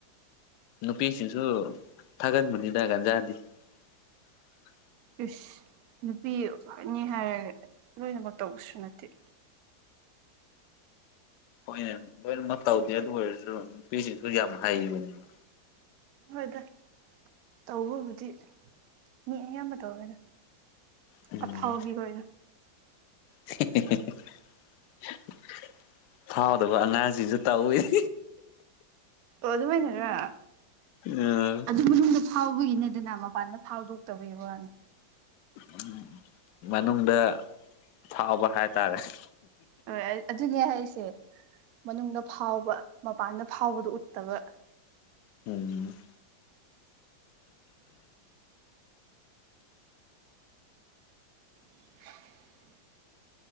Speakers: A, on the left; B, on the right.
A: ꯅꯨꯄꯤꯁꯤꯡꯁꯨ ꯊꯥꯒꯟꯕꯅꯤꯅ ꯀꯥꯟꯖꯥꯗꯤ ꫪꯩꯏꯅ
B: ꯏꯁ ꯅꯨꯄꯤꯅꯤ ꯍꯥꯏꯔꯒ ꯂꯣꯏꯅꯃꯛ ꯇꯧꯕꯁꯨ ꯅꯠꯇꯅꯥ
A: ꯍꯣꯏꯅꯦ ꯂꯣꯏꯅꯃꯛ ꯇꯧꯗꯦ ꯑꯗꯨ ꯑꯣꯏꯔꯁꯨ ꯅꯨꯄꯤꯁꯤꯡꯁꯨ ꯌꯥꯝ ꯍꯩꯕꯅꯤꯗ
B: ꯍꯣꯏꯗ ꯇꯧꯕꯕꯨꯗꯤ ꯃꯤ ꯑꯌꯥꯝꯕ ꯇꯧꯕꯅꯤꯗ
A: ꯎꯝ
B: ꯑꯐꯥꯎ ꯕꯤ ꯑꯣꯏꯅ
A: <unintelligible> <inaudible> ꯐꯥꯎꯗꯕ ꯑꯉꯥꯡꯁꯤꯁꯨ ꯇꯧꯏꯗ
B: ꯑꯣ ꯑꯗꯨꯃꯥꯏꯅꯔ
A: ꯎꯝ
B: ꯑꯗꯨ ꯃꯅꯨꯡꯗ ꯐꯥꯎꯕꯒꯤ ꯅꯦꯗꯅ ꯃꯄꯥꯟꯗꯁꯨ ꯐꯥꯎꯗꯣꯛꯇꯕꯒꯤ ꯋꯥꯅꯤ ꯅꯩ
A: ꯑꯎꯝ ꯃꯅꯨꯡꯗꯗ ꯐꯥꯎꯕ ꯍꯥꯏꯇꯥꯔꯦ ꯗꯅ
B: ꯍꯣꯏ ꯑꯗꯨꯅꯦ ꯍꯥꯏꯁꯦ ꯃꯅꯨꯡꯗ ꯐꯥꯎꯕ ꯃꯄꯥꯟꯗ ꯐꯥꯎꯕꯗꯨ ꯎꯠꯇꯕꯅꯤ
A: ꯎꯝ
B: <unintelligible> <inaudible>